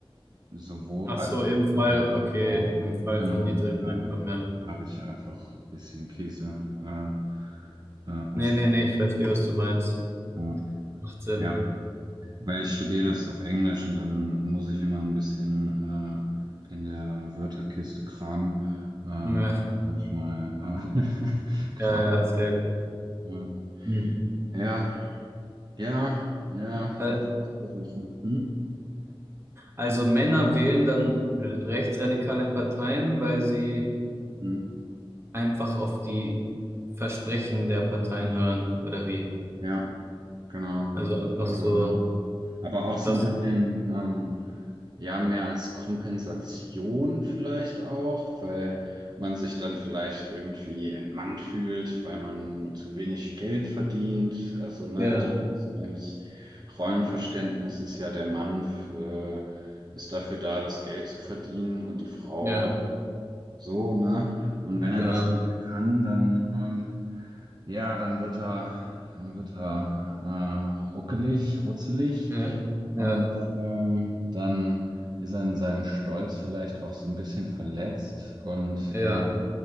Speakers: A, on the right; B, on the right.
A: sowohl,
B: Ach
A: also
B: so,
A: äh,
B: im Fall,
A: Mann und
B: okay,
A: Frau,
B: im Fall
A: genau,
B: von niedrigem
A: da
B: Einkommen, ja.
A: habe ich einfach ein bisschen Käse äh, äh, mich
B: Nee, nee,
A: auch.
B: nee, ich verstehe, was du meinst.
A: Ja.
B: Macht Sinn.
A: Ja. Weil ich studiere das auf Englisch und dann muss ich immer ein bisschen äh, in der Wörterkiste kramen. Äh,
B: Ja,
A: manchmal äh, <laughs> Kram.
B: ja, ja, safe.
A: Ja,
B: Hm.
A: ja, ja, ja,
B: Al-
A: versuchen. Hm?
B: Also Männer wählen dann rechtsradikale Parteien, weil sie
A: Hm?
B: einfach auf die Versprechen der Parteien hören, oder wie?
A: Ja, genau.
B: Also einfach
A: Also,
B: so,
A: Aber auch so
B: das,
A: ein bisschen, ähm, ja, mehr als Kompensation vielleicht auch, weil man sich dann vielleicht irgendwie entmannt fühlt, weil man zu wenig Geld verdient. Also, ne,
B: ja,
A: das Rollenverständnis ist ja, der Mann, äh, ist dafür da, das Geld zu verdienen und die Frau
B: ja,
A: so, ne? Und wenn er
B: genau.
A: das kann, dann, ähm, ja, dann wird er, dann wird er äh, ruckelig, rutzelig
B: Ja, ja,
A: und ähm, dann ist er in seinem Stolz vielleicht auch so ein bisschen verletzt und
B: ja,
A: äh,